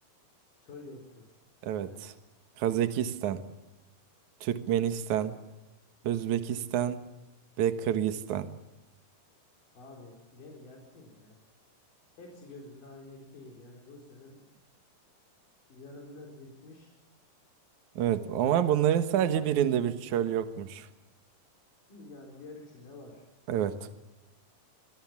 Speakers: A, on the left (about 75°); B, on the right (about 65°).
A: Çöl yoktur.
B: Evet.
A: Evet.
B: Kazakistan, Türkmenistan,
A: Evet.
B: Özbekistan ve Kırgızistan.
A: Abi beni yaktın ya. Hepsi gözümde aynı ülke gibi. Yani Rusya'nın yanında birikmiş.
B: Evet ama bunların sadece birinde bir çöl yokmuş.
A: Yani diğer üçünde var.
B: Evet.